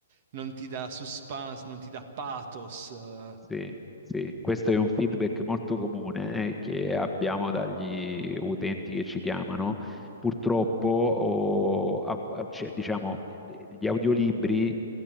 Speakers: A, on the right; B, in the centre.
A: non ti dà suspense, non ti dà pathos, eh,
B: Sì, sì, questo è un feedback molto comune eh, che abbiamo dagli utenti che ci chiamano. Purtroppo, o- a- a- cioè, diciamo, gli audiolibri,